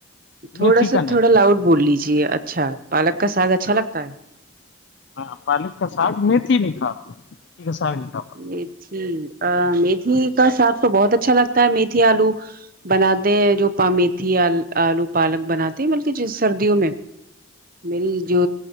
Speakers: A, on the right; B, on the left.
A: تھوڑا
B: میتھی
A: سا
B: کا نہیں
A: تھوڑا لاؤڈ بول لیجیے اچھا پالک کا ساگ اچھا لگتا ہے
B: ہاں پالک کا ساگ میتھی نہیں کھاتا میتھی کا ساگ نہیں کھاتا
A: میتھی میتھی کا ساگ تو بہت اچھا لگتا ہے میتھی آلو بناتے ہیں جو پمییتھی آلو پالک بناتے ہیں بلکہ ج سردیوں میں میری جو